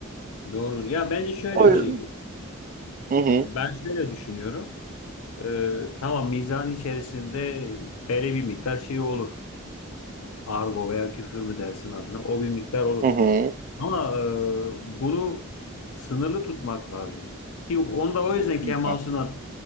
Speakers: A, on the left; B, on the right.
A: Doğrudur. Ya bence şöyle
B: O yüzden...
A: bir şey.
B: Hı hı
A: Ben şöyle düşünüyorum. Ee, tamam mizan içerisinde belli bir miktar şey olur. Argo veya küfür mü dersin adına? O bir miktar olur.
B: hı hı.
A: Ama e, bunu sınırlı tutmak lazım. Ki Yok, onu da o yüzden
B: Kesinlikle.
A: Kemal Sunal.